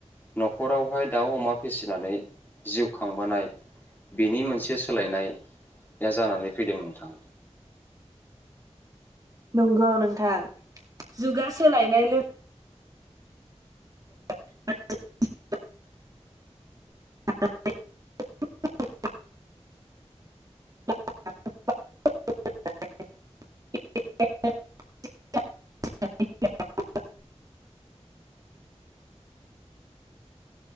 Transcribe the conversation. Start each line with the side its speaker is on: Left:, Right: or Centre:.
Left: न'खरावहाय दाउ अमा फिसिनानै जिउ खांबोनाय बेनि मोनसे सोलायनाया जानानै फैदों नोंथां।
Right: नंगौ नोंथां जुगा सोलायनाय लोगो <unintelligible> <unintelligible> <inaudible>